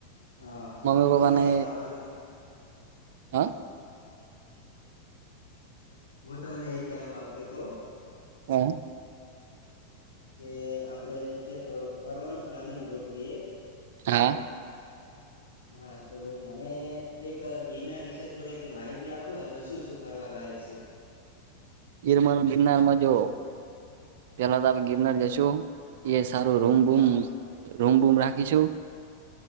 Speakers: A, on the left (about 70°); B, on the right (about 55°).
A: હા તો
B: મમ્મી
A: હું
B: પપ્પા
A: તને
B: ને
A: એ બાબતમાં
B: હા.
A: હું તમને એ કેવા માંગતો હતો
B: હમ.
A: કે આપડે ચક ફરવાનું પ્લાનિંગ ગોઠવીયએ.
B: હા
A: <unintelligible> હા તો મને એક ગિરનાર વિશે થોડીક માહિતી આપો એમાં શું શું ફરવા લાયક છે. તે
B: ગિરમાર ગિરનારમાં જો પેલા તો આપે ગિરનાર જશું એ સારું રૂમ બૂમ
A: હા
B: રૂમ બૂમ રાખીશું